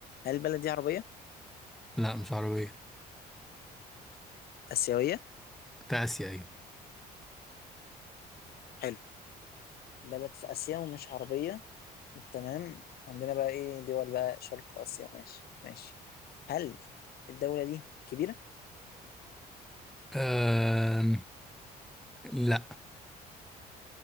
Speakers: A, on the left (about 65°); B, in the centre.
A: هل البلد دي عربيه
B: لا مش عربية
A: اسيويه
B: في اسيا ايوه
A: حلو بلد في آسيا ومش عربية تمام عندنا بقى إيه دول بقى شرق آسيا ماشي ماشي هل الدولة دي كبيرة؟
B: آم، لا